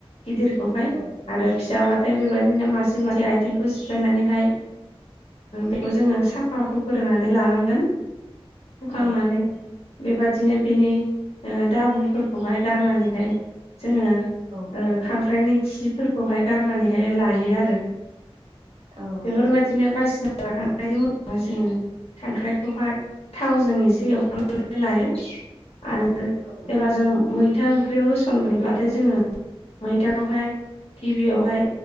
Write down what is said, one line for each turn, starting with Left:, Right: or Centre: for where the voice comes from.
Left: गिदिरखौहाय।
Right: औ
Left: आरो फिसाब्लाथाय बेबायदिनो मासे मासे आइथिंखौ सिफायनानैहाय बेखौ जोङो साफा हुग्रोनानै लानांगोन, हुखांनानै
Right: औ
Left: बेबादिनो बेनि दाबुफोरखौहाय गारनानैहाय जोङो
Right: औ।
Left: ओ खांख्राइनि खिफोरखौहाय गारनानैहाय लायो आरो
Right: औ
Left: बेफोरबायदिनो बासिना लाखांनानै बेनि उनावहाय जोङो खांख्राइखौहाय थावजों एसे एवफ्रामनानै एवफ्रामनानै लायो आरो
Right: <inaudible>
Left: जेब्ला जों मैथा ओंख्रियाव होसनगोनब्लाथाय जोङो मैथाखौहाय गिबियावहाय